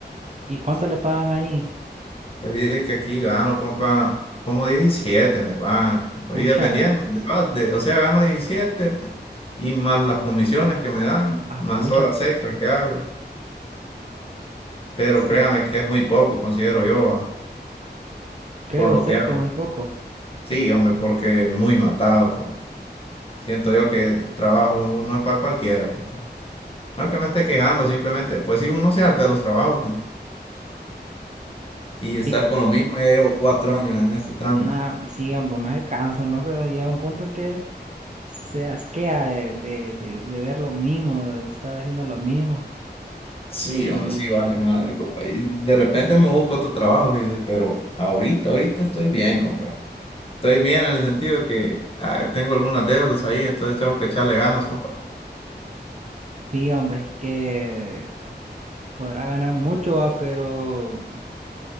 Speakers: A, on the right; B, on the left.
A: ¿Y cuánto
B: Sí.
A: le pagan ahí?
B: Pues dice que aquí gano, compa, como 17 me pagan, compa,
A: Pucha,
B: Y dependiendo, de va- de- o sea, gano 17 y más las comisiones que me dan,
A: ah,
B: más
A: pucha,
B: horas
A: compa.
B: extra que hago. Pero
A: Sí,
B: créame que es muy poco, considero yo, va,
A: ¿cree
B: por
A: usted
B: lo que hago.
A: que es muy poco?
B: Sí, hombre, porque muy matado, compa. Siento yo que el trabajo no es para cualquiera, compa. No que me esté quejando, simplemente, pues sí, uno se harta de los trabajos, compa. Y estar
A: Sí,
B: con lo mismo, ya llevo cuatro años en este trámite.
A: nada, sí, hombre, no se cansa, ¿no? Que Llega un punto en que se asquea de, de, de de ver lo mismo, de estar haciendo lo mismo.
B: Sí,
A: Y.
B: hombre, sí, vale, madre, compa. Y de repente me busco otro trabajo, fíjese, pero ahorita, ahorita estoy bien, compa. Estoy bien en el sentido que ah, tengo algunas deudas ahí, entonces tengo que echarle ganas, compa.
A: Sí, hombre, es que podrá ganar mucho, va, pero,